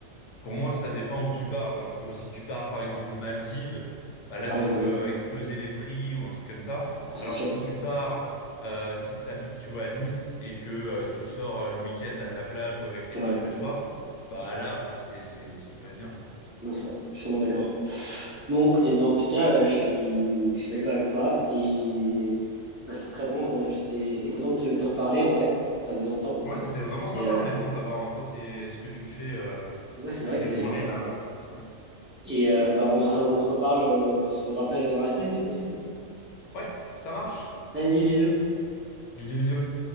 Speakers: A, on the left; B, on the right.
A: pour moi, ça dépend où tu pars, ouais, un peu. Si tu pars, par exemple, aux Maldives, bah là,
B: Ah
A: tu
B: oui, bah
A: peux
B: oui.
A: euh, exploser les prix ou un truc comme ça.
B: Ah, c'est
A: Alors
B: sûr.
A: que si tu pars, euh, si tu habites, tu vois, à Nice et que euh, tu sors euh, le week-end à la plage ou avec
B: C'est
A: tes
B: vrai.
A: potes le soir, bah là, c'est, c'est, ça peut être bien, quoi.
B: Non, ça, je suis totalement d'accord. Bon, et ben en tout cas, euh, je suis, je suis d'accord avec toi. Et bah, c'est très bon. euh, j'étais, j'étais content de te, te reparler en vrai. Ça faisait longtemps.
A: Ouais, c'était vraiment sympa,
B: Et euh,
A: honnêtement, d'avoir un peu tes... ce que tu fais euh,
B: ouais, c'est vrai
A: de tes
B: que c'était
A: journées
B: sympa.
A: là. Ouais.
B: Et euh, bah, on se, re- on se reparle, euh, on se rappelle dans la semaine si possible.
A: Ouais, ça marche.
B: Vas-y, bisous.
A: Bisous, bisous.